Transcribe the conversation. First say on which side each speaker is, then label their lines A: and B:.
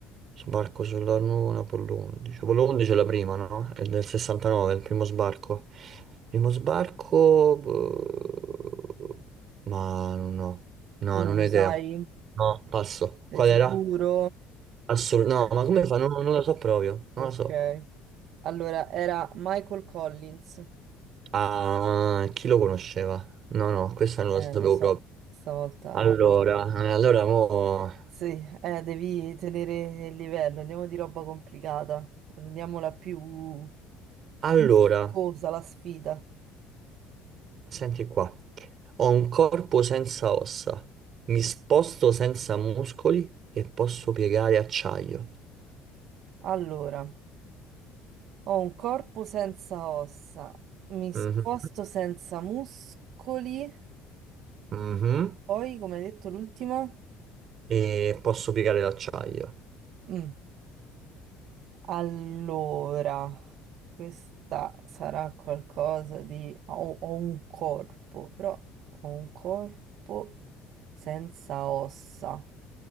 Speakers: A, on the right; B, on the right.
A: sbarco sulla Luna, Apollo 11. Apollo 11 è la prima, no? È del 69, è il primo sbarco. Primo sbarco... boh, Ma no, no,
B: non
A: non ho
B: lo
A: idea.
B: sai,
A: No, passo.
B: sei
A: Qual
B: sicuro?
A: era? Assolutamente,
B: <laughs>
A: no, ma come fa? Non, non lo so proprio, non
B: Ok.
A: lo so.
B: Allora, era Michael Collins.
A: Ah, chi lo conosceva? No, no, questa non
B: Eh,
A: lo sapevo
B: lo so,
A: proprio.
B: stavolta...
A: Allora, eh, allora, mo...
B: Sì, eh, devi tenere il livello, andiamo di roba complicata, rendiamola più,
A: allora,
B: più succosa la sfida.
A: senti qua. Ho un corpo senza ossa, mi sposto senza muscoli e posso piegare acciaio.
B: Allora, ho un corpo senza ossa, mi sposto
A: Mhm.
B: senza muscoli...
A: Mhm.
B: Poi, come hai detto, l'ultima?
A: E posso piegare l'acciaio.
B: Mm. Allora, questa sarà qualcosa di... Ho, ho un corpo, però ho un corpo senza ossa.